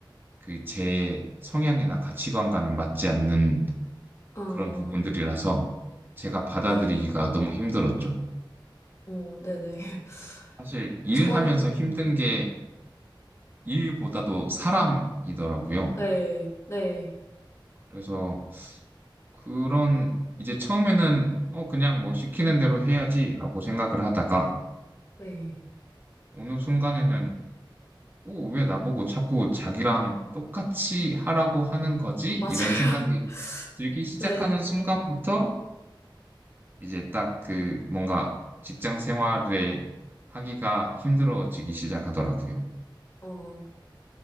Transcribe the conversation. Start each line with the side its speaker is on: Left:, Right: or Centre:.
Right: 그 제 성향이나 가치관과는 맞지 않는
Left: 어,
Right: 그런 부분들이라서 제가 받아들이기가
Left: 네,
Right: 너무 힘들었죠.
Left: 어, 네네. <laughs>
Right: 사실 일하면서
Left: 전,
Right: 힘든 게 일보다도 사람이더라고요.
Left: 네, 네,
Right: 그래서 그런 이제 처음에는 어 그냥 뭐 시키는 대로 해야지라고 생각을 하다가
Left: 네,
Right: 어느 순간에는 어, 왜 나보고 자꾸 자기랑 똑같이 하라고 하는 거지? 이런
Left: 맞아요.
Right: 생각이
Left: <laughs>
Right: 들기 시작하는
Left: 네,
Right: 순간부터 이제 딱 그 뭔가 직장 생활에 하기가 힘들어지기 시작하더라고요.
Left: 어.